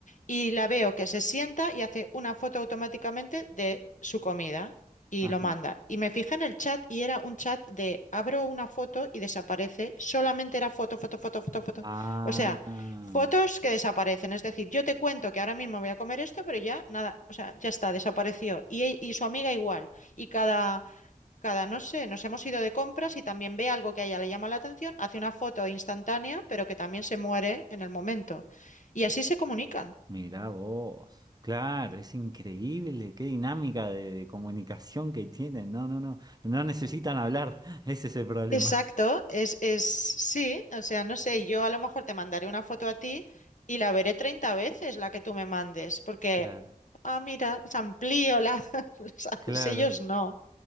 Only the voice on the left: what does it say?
y la veo que se sienta y hace una foto automáticamente de su comida y
lo manda. Y me fijé en el chat y era un chat de abro una foto y desaparece. Solamente era foto, foto, foto, foto, foto.
O sea, fotos que desaparecen. Es decir, yo te cuento que ahora mismo voy a comer esto, pero ya nada, o sea, ya está, desapareció. Y, e- y su amiga igual. Y cada... Cada, no sé, nos hemos ido de compras y también ve algo que a ella le llama la atención, hace una foto instantánea, pero que también se muere en el momento. Y así se comunican.
Exacto, es, es sí, o sea, no sé, yo a lo mejor te mandaré una foto a ti y la veré 30 veces la que tú me mandes, porque,
ah, mira, se amplío la, <laughs> ¿sabes?
Ellos no.